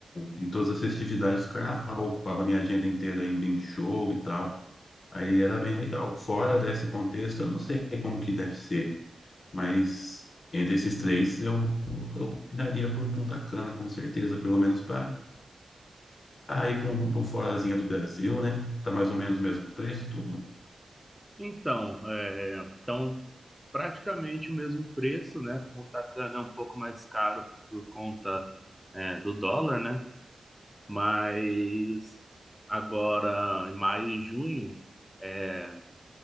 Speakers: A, on the left (about 45°); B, in the centre.
A: em todas as festividades do carnaval, ocupava minha agenda inteira ainda em show e tal. Aí era bem legal. Fora desse contexto, eu não sei como que deve ser, mas entre esses três eu, eu opinaria por Punta Cana, com certeza, pelo menos para ir para um, pra um forazinho do Brasil, né? Tá mais ou menos o mesmo preço, tudo. O
B: Então, é, então praticamente o mesmo preço, né? O Tacana é um pouco mais caro por conta é, do dólar, né? Mas agora, em maio e junho é,